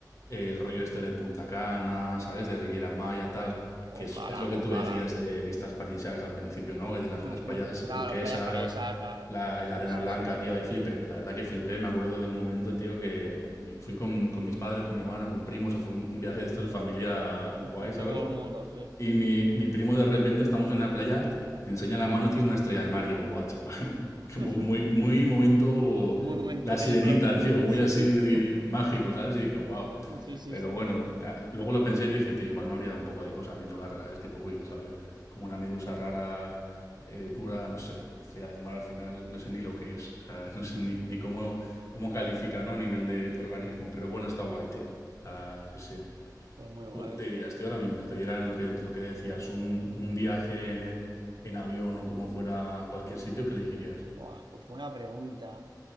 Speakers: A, on the left; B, on the right.
A: El rollo
B: Ujú.
A: este de Punta Cana, ¿sabes? De Riviera Maya, tal. Que
B: Ojalá,
A: es, es lo que
B: ojalá.
A: tú decías de vistas paradisíacas al principio, ¿no? Que de las,
B: Ujú.
A: las playas así
B: Claro,
A: turquesas,
B: playas paradisíacas.
A: la,
B: Sí,
A: la arena
B: sí,
A: blanca,
B: sí.
A: tío, ahí flipé. La verdad que flipé. Me acuerdo de un momento, tío, que fui con, con mis padres, con mi hermano, con primos. O sea, fue un, un viaje de estos de familia
B: Ujú.
A: guay, ¿sabes?
B: De todo el mundo, sí.
A: Y mi, mi primo de repente, estamos en la playa, me enseña la mano y tiene una estrella de mar. Y digo, guau, chaval. <laughs>
B: <laughs>
A: Como muy, muy momento
B: Momento,
A: la sirenita,
B: película, playa.
A: tío, muy
B: Sí,
A: así
B: sí. <laughs>
A: mágico, ¿sabes? Y dije, wow.
B: Sí, sí, sí,
A: Pero
B: sí.
A: bueno, ya, luego lo pensé y dije, tío, igual me habría dado un poco de cosa a mí tocarla, ¿sabes? Tipo, uy, a saber, como una medusa rara, eh, dura, no sé, estrella de mar al final, no sé ni lo que es, ¿sabes? <laughs> No sé
B: <laughs>
A: ni, ni cómo, cómo califica, ¿no? A nivel de, de organismo, pero bueno, está guay, tío. O sea, sí, sí.
B: Pues muy guay.
A: ¿Tú dónde te dirías, tío, ahora mismo? Si te dieran lo que, lo que decías, un, un viaje en avión o como fuera a cualquier sitio, ¿qué elegirías?
B: Buah, pues buena pregunta.